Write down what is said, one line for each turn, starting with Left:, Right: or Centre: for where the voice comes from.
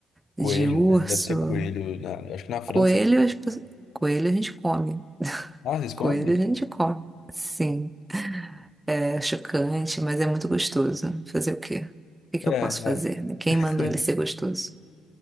Right: de
Left: Coelho,
Right: urso.
Left: né? Deve ter coelho, na- acho que na França.
Right: Coelho, as pe- coelho a gente come.
Left: Ah, vocês comem?
Right: Coelho a gente come. Sim. É chocante, mas é muito gostoso. Fazer o quê? O que que
Left: É,
Right: eu
Left: é.
Right: posso fazer? né? Quem
Left: <laughs>
Right: mandou ele ser gostoso?